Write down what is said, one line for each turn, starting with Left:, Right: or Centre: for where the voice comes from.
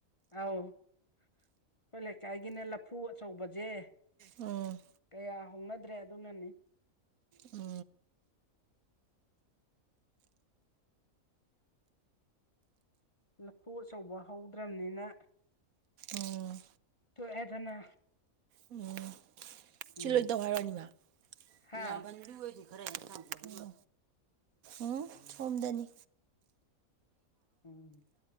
Left: ꯑꯥꯎ ꯑꯩꯈꯣꯏ ꯂꯩꯀꯥꯏꯒꯤꯅꯦ ꯂꯐꯨ ꯑꯆꯧꯕꯁꯦ
Right: ꯎꯝ
Left: ꯀꯌꯥ ꯍꯧꯣꯡꯅꯗ꯭ꯔꯦ ꯑꯗꯨꯅꯅꯤ
Right: ꯎ
Left: ꯂꯐꯨ ꯑꯆꯧꯕ ꯍꯧꯗ꯭ꯔꯕꯅꯤꯅ
Right: ꯑꯣꯝ
Left: ꯣ ꯑꯦꯗꯅ
Right: ꯎꯝ ꯁꯤ
Left: ꯎꯝ
Right: ꯂꯣꯏ ꯇꯧ ꯍꯥꯏꯔꯛꯅꯤꯕ
Left: ꯍꯥ
Right: ꯌꯥꯝꯕꯅ ꯂꯨ ꯑꯣꯏꯗꯤ ꯈꯔ ꯍꯦꯟꯅꯖ ꯎꯝ ꯁꯣꯝꯗꯅꯤ
Left: ꯎꯝ